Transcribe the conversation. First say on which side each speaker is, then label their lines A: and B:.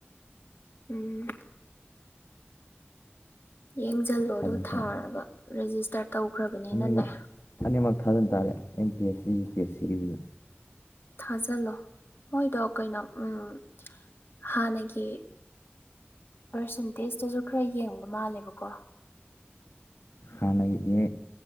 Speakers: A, on the left; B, on the left.
A: ꯎꯝ ꯌꯦꯡꯖꯤꯜꯂꯣ ꯑꯗꯨꯒ
B: ꯊꯥꯖꯟ
A: ꯊꯥꯔꯒ
B: ꯇꯥꯔꯦ
A: ꯔꯦꯖꯤꯁꯇꯔ ꯇꯧꯈ꯭ꯔꯕꯅꯤꯅꯅꯦ
B: ꯑꯅꯤꯃꯛ ꯑꯅꯤꯃꯛ ꯊꯥꯖꯟ ꯇꯥꯔꯦ ꯑꯦꯝ ꯄꯤ ꯑꯦꯁ ꯁꯨ ꯌꯨ ꯄꯤ ꯑꯦꯁ ꯁꯤꯒꯤꯁꯨ
A: ꯊꯥꯖꯤꯜꯂꯣ ꯃꯣꯏꯗꯣ ꯀꯩꯅꯣ ꯎꯝ ꯍꯥꯟꯅꯒꯤ ꯄꯔꯁꯦꯟꯇꯦꯖꯇꯁꯨ ꯈꯔ ꯌꯦꯡꯕ ꯃꯥꯜꯂꯦꯕꯀꯣ
B: ꯍꯥꯟꯅꯒꯤꯗꯤ